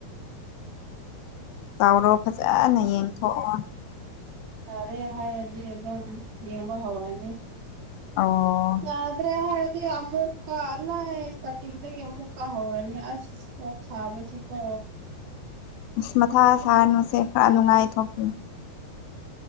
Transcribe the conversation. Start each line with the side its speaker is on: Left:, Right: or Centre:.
Left: ꯇ ꯆꯥꯎꯔꯣ ꯐꯖꯅ ꯌꯦꯡꯊꯣꯛꯑꯣ
Right: ꯌꯥꯔꯦ ꯍꯥꯏꯔꯗꯤ ꯑꯗꯨꯝ ꯌꯦꯡꯕ ꯍꯧꯔꯅꯤ
Left: ꯑꯣ
Right: ꯌꯥ꯭ꯔꯦ ꯍ ꯑꯃꯨꯛꯀ ꯂ ꯏꯁꯇꯥꯔꯇꯤꯡꯗꯒꯤ ꯑꯃꯨꯛꯀ ꯍꯧꯔꯅꯤ ꯑꯁ ꯃ ꯁꯥꯕꯁꯤꯀꯣ
Left: ꯑꯁ ꯃꯊꯥ ꯁꯥꯍꯅꯨꯁꯦ ꯈꯔ ꯅꯨꯡꯉꯥꯏ ꯊꯣꯛꯈꯤ